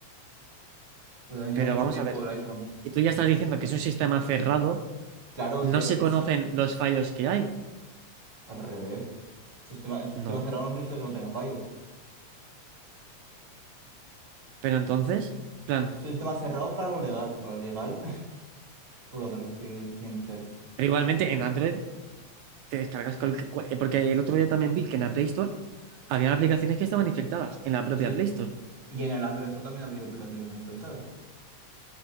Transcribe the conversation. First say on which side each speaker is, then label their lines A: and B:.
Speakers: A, on the right; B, on the right.
A: pues también lleva
B: Pero
A: mucho
B: vamos
A: tiempo
B: a ver.
A: el iPhone.
B: Y tú ya estás diciendo que es un sistema cerrado,
A: Claro,
B: no
A: te,
B: se
A: es,
B: conocen los fallos que hay.
A: Al revés. Sistema, sistema
B: No.
A: cerrado no significa que no tenga fallos.
B: Pero entonces, plan,
A: Sistema cerrado para lo legal. Para lo legal <laughs> puedo hacerlo sigue siendo cerrado.
B: pero igualmente en Android te descargas cualquier- cu- eh, porque el otro día también vi que en la Play Store había aplicaciones que estaban infectadas en la propia
A: Sí.
B: Play Store.
A: Y en el Apple Store también ha habido aplicaciones que están infectadas.